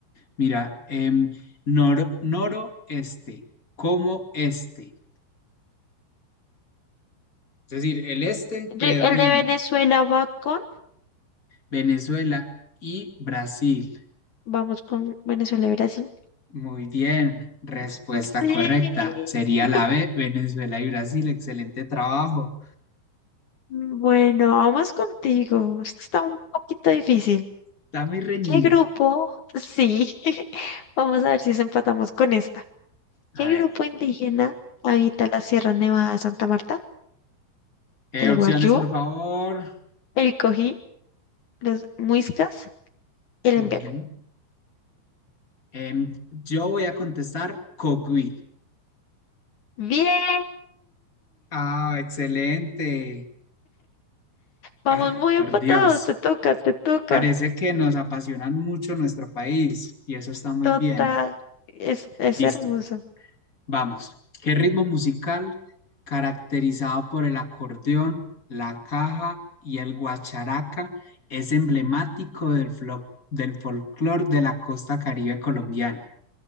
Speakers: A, on the left (about 30°); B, on the left (about 65°).
A: Mira, em, nor- noroeste, como este. Es decir, el este
B: Yo-
A: predomina.
B: el de Venezuela va con,
A: Venezuela y Brasil.
B: vamos con Venezuela y Brasil.
A: Muy bien, respuesta
B: Sí.
A: correcta. Sería la B, Venezuela y Brasil. Excelente trabajo.
B: Bueno, vamos contigo. Esto está un poquito difícil.
A: Está muy reñido.
B: ¿Qué grupo? Sí, <laughs> vamos a ver si se empatamos con esta.
A: A
B: ¿Qué
A: ver,
B: grupo indígena habita la Sierra Nevada de Santa Marta?
A: eh,
B: ¿El
A: opciones,
B: Guayú,
A: por favor.
B: el Cojí, los Muiscas, el
A: Ujú.
B: Embera?
A: Em, yo voy a contestar Cogui.
B: ¡Bien!
A: Ah, excelente.
B: Vamos
A: Ah,
B: muy
A: por
B: empatados,
A: Dios.
B: te toca, te toca.
A: Parece que nos apasionan mucho nuestro país y eso está muy
B: Total,
A: bien.
B: es, es
A: Listo,
B: hermoso.
A: vamos. ¿Qué ritmo musical caracterizado por el acordeón, la caja y el guacharaca es emblemático del, flo- del folclore de la costa caribe colombiana?